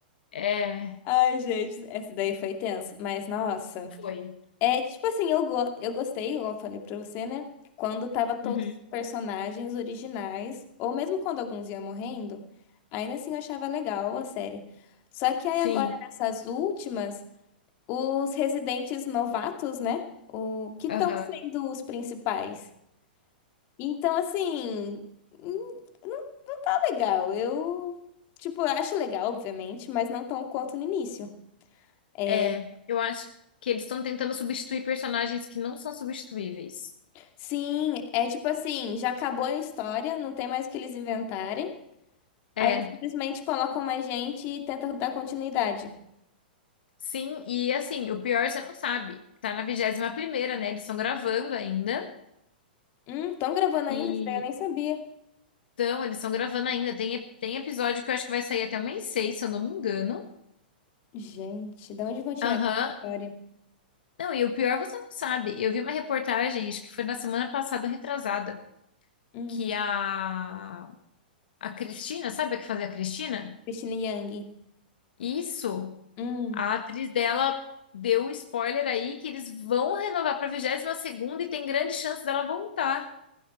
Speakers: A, on the left; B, on the left.
A: É,
B: <laughs> Ai, gente, essa daí foi tensa. Mas, nossa.
A: foi.
B: É, tipo assim, eu, go eu gostei, igual eu falei pra você, né? Quando tava todos
A: Uhum.
B: os personagens originais, ou mesmo quando alguns iam morrendo, ainda assim eu achava legal a série. Só que aí
A: Sim.
B: agora, nessas últimas, os residentes novatos, né? O que
A: Aham.
B: estão sendo os principais? Então, assim, hum, não, não tá legal. Eu, tipo, eu acho legal, obviamente, mas não tão quanto no início. É,
A: É, eu acho que eles estão tentando substituir personagens que não são substituíveis.
B: sim, é tipo assim, já acabou a história, não tem mais o que eles inventarem.
A: É,
B: Aí eles simplesmente colocam mais gente e tentam dar continuidade.
A: sim, e assim, o pior você não sabe. Tá na vigésima primeira né? Eles estão gravando ainda.
B: Hum, estão gravando
A: E
B: ainda? Isso daí eu nem sabia.
A: então, eles estão gravando ainda. Tem, tem episódio que eu acho que vai sair até o mês 6 se eu não me engano.
B: Gente, de onde vão tirar
A: Aham,
B: essa história?
A: Não, e o pior você não sabe. Eu vi uma reportagem, acho que foi na semana passada, retrasada,
B: Hum,
A: que a, a Cristina, sabe a que fazia a Cristina?
B: Christina Yang.
A: Isso,
B: Hum.
A: a atriz dela deu um spoiler aí que eles vão renovar pra vigésima segunda e tem grande chance dela voltar.